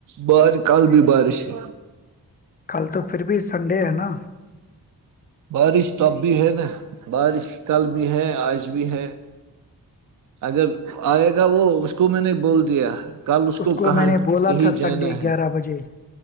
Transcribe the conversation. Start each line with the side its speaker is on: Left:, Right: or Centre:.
Right: بار کل بھی بار سے
Left: کل تو پھر بھی سنڈے ہے نا
Right: بارش تو اب بھی ہے نا بارش کل بھی ہے آج بھی ہے اگر آئے گا وہ اس کو میں نے بول دیا <unintelligible>
Left: اس کو
Right: کہاں
Left: میں نے بولا
Right: کہیں
Left: تھا سنڈے
Right: جانا ہے
Left: گیارہ بجے <unintelligible>